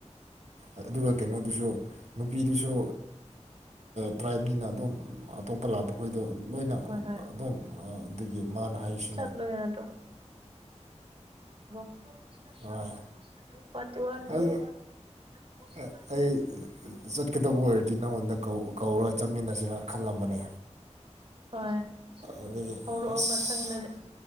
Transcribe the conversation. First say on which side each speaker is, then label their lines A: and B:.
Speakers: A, on the right; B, on the right.
A: ꯑꯗꯨꯒ ꯀꯩꯅꯣꯗꯨꯁꯨ ꯅꯨꯄꯤꯗꯨꯁꯨ ꯇ꯭ꯔꯥꯏꯞꯅꯤꯅ ꯑꯗꯨꯝ ꯑꯇꯣꯞꯄ ꯂꯥꯛꯄ ꯈꯣꯏꯗꯣ ꯂꯣꯏꯅ
B: ꯍꯣꯏ ꯍꯣꯏ
A: ꯑꯗꯨꯝ ꯑꯗꯨꯒꯤ ꯃꯥꯅ ꯍꯥꯏꯔꯤꯁꯤꯅ
B: ꯆꯠꯂꯣ ꯌꯥꯗ꯭ꯔꯣ <unintelligible>
A: ꯍꯣꯏ
B: ꯇ ꯋꯥꯂꯦ
A: ꯑꯗꯨ
B: ꯍꯣꯁꯕ
A: ꯑ- ꯑꯩ ꯆꯠꯀꯗꯕ ꯑꯣꯏꯔꯗꯤ ꯅꯪꯉꯣꯟꯗ ꯀꯧ- ꯀꯧꯔꯒ ꯆꯠꯃꯤꯟꯅꯁꯤꯔ ꯈꯜꯂꯝꯕꯅꯦ
B: ꯍꯣꯏ
A: ꯑꯗꯒꯤ
B: ꯍꯧꯔꯛꯑꯣ
A: ꯑꯁ
B: ꯃꯊꯪꯗꯗꯤ